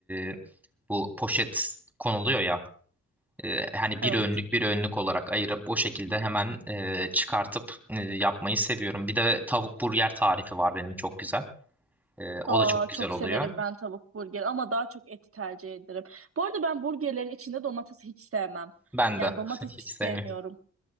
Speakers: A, in the centre; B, on the right.
A: e, bu poşet konuluyor ya e, hani bir
B: Evet.
A: öğünlük bir öğünlük olarak ayırıp o şekilde hemen e, çıkartıp e, yapmayı seviyorum. Bir de tavuk burger tarifi var benim çok güzel. E, o
B: Aa,
A: da çok güzel
B: çok
A: oluyor.
B: severim ben tavuk burgeri ama daha çok eti tercih ederim. Bu arada ben burgerlerin içinde domatesi hiç sevmem.
A: Ben
B: Yani
A: de
B: domates
A: <laughs>
B: hiç
A: hiç
B: sevmiyorum.
A: sevmiyorum.